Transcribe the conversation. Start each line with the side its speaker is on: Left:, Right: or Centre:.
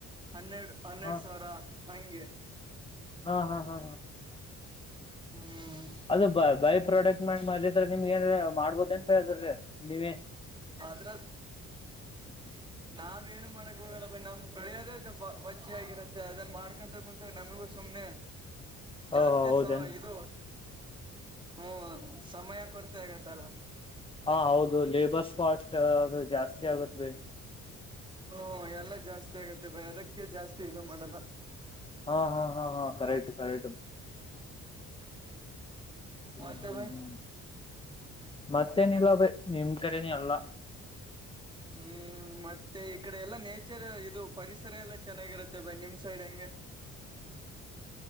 Right: ಹನ್ನೆರಡು ಹನ್ನೆರಡು
Left: ಹಾ
Right: ಸಾವಿರ ಹಂಗೆ
Left: ಹಾ ಹಾ ಹಾ
Right: ಹ್ಮ್
Left: ಅದು ಬೈ ಪ್ರಾಡಕ್ಟ್ ಮಾಡಿ ಮಾರಿದರೆ ನಿಮಗ ಏನರ ಮಾಡ್ಬೋದ ಎಂತ ಹೇಳಿದ್ರ ನೀವೇ
Right: ಆದದ್ರ
Left: ಹ್ಮ <inaudible>
Right: ನಾವ್ ಏನು ಮಾಡಕ್ ಹೋಗಲ್ಲ ಬ ನಮ್ ಬೆಳೆಯೋದೇ ಜ ಬಜ್ಜ ಆಗಿರತ್ತೆ ಅದನ್ ಮಾಡ್ಕೊಂಡ ಕುಂತಾರೆ ನಮಗೂ ಸುಮ್ನೆ
Left: ಹ
Right: ಜಾಸ್ತಿ
Left: ಹೌದೇನ್
Right: ಸಮ ಇದು ಹ್ಮ ಸಮಯ ಕೊರತೆ ಆಗತ್ತಲ್ಲ
Left: ಹಾ ಹೌದು ಲೇಬರ್ಸ್ ಕಾಸ್ಟ್ ಅದು ಜಾಸ್ತಿ ಆಗತ್
Right: ಹ್ಮ ಎಲ್ಲಾ ಜಾಸ್ತಿ ಆಗತ್ತೆ ಬಯಿ ಅದಕ್ಕೆ ಜಾಸ್ತಿ ಇದು ಮಾಡಲ್ಲ
Left: ಹಾ ಹಾ ಹಾ ಹಾ ಕರೆಕ್ಟ್ ಕರೆಕ್ಟ್
Right: ಮತ್ತ
Left: ಹ್ಮ್
Right: ಭಾಯ
Left: ಹ್ಮ್ ಮತ್ತೇನಿಲ್ಲ ಬ ನಿಮ್ ಕಡೆನ ಅಲ್ಲ
Right: ಹ್ಮ್ ಮತ್ತೆ ಮತ್ತೆ ಈ ಕಡೆ ಎಲ್ಲಾ ನೇಚರ್ ಇದು ಪರಿಸರ ಎಲ್ಲಾ ಚೆನ್ನಾಗಿರುತ್ತೆ ಬೈ ನಿಮ್ ಸೈಡ್ ಹೆಂಗೆ ಹಾ <inaudible>